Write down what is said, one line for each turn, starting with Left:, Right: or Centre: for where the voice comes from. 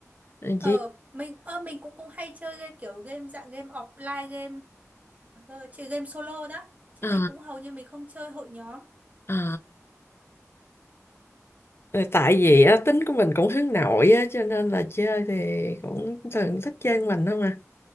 Left: Rồi chỉ
Right: Ờ, mình ơ mình cũng cũng hay chơi game kiểu game dạng game offline game ờ, chơi game solo đó chứ
Left: Ờ,
Right: mình cũng hầu như mình không chơi hội nhóm.
Left: ờ. Ờ, tại vì á, tính của mình cũng hướng nội á cho nên là chơi thì cũng thường thích chơi mình không à